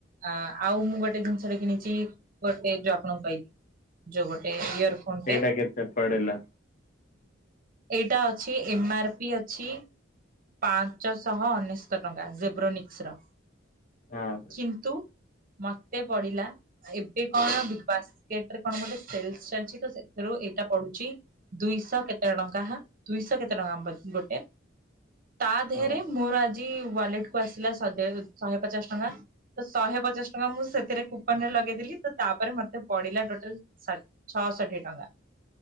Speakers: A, on the right; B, on the left.
A: ଆ ଆଉ ମୁଁ ଗୋଟେ ଜିନିଷଟା କିଣିଛି ଗୋଟେ ଯୋଉ ଆପଣଙ୍କ ପାଇଁ ଯୋଉ ଗୋଟେ ଇୟରଫୋନ
B: ସେଇଟା
A: ଟେ
B: କେତେ ପଡିଲା
A: ଏଇଟା ଅଛି ଏମ ଆର ପି ଅଛି ପାଞ୍ଚଶହ ଅନେଶତ ଟଙ୍କା ଜେବ୍ରୋନିକ୍ସର।
B: ହଁ।
A: କିନ୍ତୁ ମତେ ପଡିଲା ଏବେ କଣ ବିଗ ବାସ୍କେଟରେ କଣ ଗୋଟେ ସେଲସ ଚାଲିଛି ତ ସେଥିରୁ ଏଇଟା ପଡୁଚି। ଦୁଇଶ କେତେ ଟଙ୍କା ହା ଦୁଇଶ କେତେ ଟଙ୍କା ଗୋଟେ? ତା ଦେହରେ
B: ହଁ
A: ମୋର ଆଜି ୱାଲେଟ କୁ ଆସିଲା ସଜେ ଶହେ ପଚାଶ ଟଙ୍କା। ତ ଶହେ ପଚାଶ ଟଙ୍କା ମୁଁ ସେଥିରେ କୁପନ ରେ ଲଗେଇଦେଲି ତ ତାପରେ ମତେ ପଡିଲା ଟୋଟାଲା ସା ଛଅଷଠି ଟଙ୍କା